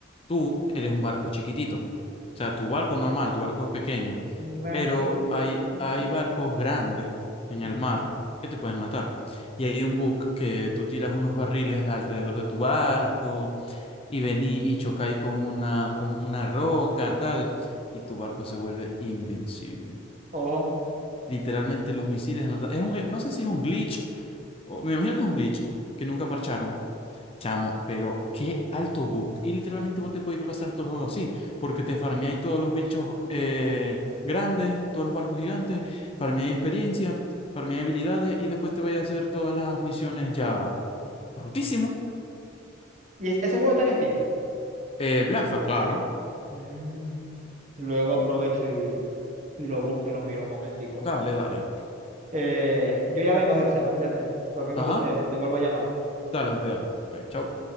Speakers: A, on the left; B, on the right.
A: tú eres un barco chiquitito. O sea, tu barco normal, tu barco es pequeño,
B: Mi barquito
A: pero hay,
B: chiquitito.
A: hay barcos grandes en el
B: Ujú.
A: mar que te pueden matar. Y hay un bug que tú tiras unos barriles alrededor de tu barco y vení y chocáis con una, con una roca, tal, y tu barco se vuelve invencible.
B: Oh,
A: Literalmente los misiles... No, es un, eh, no sé si es un glitch, o, me imagino que es un glitch que nunca parcharon Chamo, pero qué alto bug. Y literalmente vos te podés pasar todo el juego así, porque te farmeáis todos los bichos eh, grandes, todos los barcos gigantes, farmeáis experiencia, farmeáis habilidades y después te vais a hacer todas las misiones ya rotísimo.
B: y es- ese juego está en Steam.
A: El Blackfa, claro.
B: Mm, Luego aprovecho y, y lo busco y lo miro un momentico.
A: Dale, dale.
B: Eh, yo ya vengo, Hexa, ya Cualquier cosa
A: Ajá,
B: te, te vuelvo a llamar.
A: dale, papi, dale. Pues, chau.